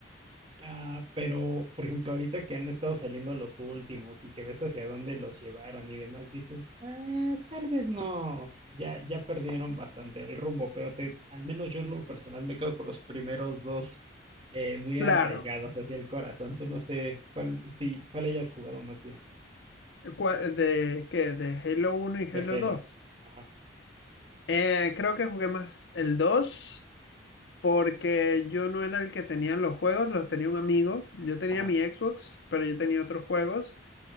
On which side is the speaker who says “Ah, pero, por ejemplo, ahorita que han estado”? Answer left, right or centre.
Right